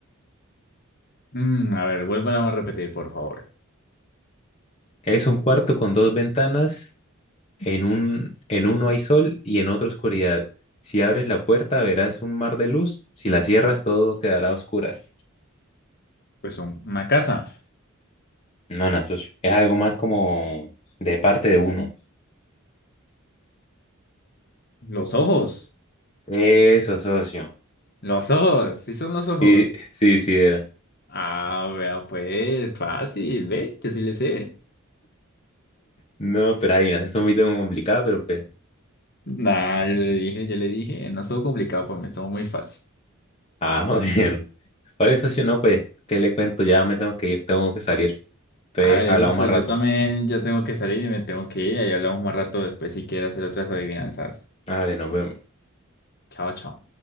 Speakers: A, on the left; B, on the left.
A: Mm, a ver, vuélvala a repetir, por favor.
B: Es un cuarto con dos ventanas, en un, en uno hay sol y en otro oscuridad. Si abres la puerta, verás un mar de luz, si la cierras, todo quedará a oscuras.
A: Pues un- una casa.
B: No, no, socio, es algo más como de parte de uno.
A: Los ojos.
B: Eso, socio.
A: Los ojos. Sí son los ojos.
B: Sí, sí, sí, era.
A: Ah, vea, pues, fácil, ve, yo sí le sé.
B: No, pero ahí, no, eso es muy complicado, pero pues
A: Nah, yo le dije, yo le dije, no estuvo complicado para mí, estuvo muy fácil.
B: Ah, <laughs> bueno. Oye, socio, no, pues, ¿qué le cuento? Ya me tengo que ir, tengo que salir. Entonces,
A: A ver,
B: hablamos
A: listo,
B: más
A: yo
B: rato.
A: también ya tengo que salir y me tengo que ir, ahí hablamos más rato después si quieres hacer otras adivinanzas.
B: Vale, nos vemos.
A: Chao, chao.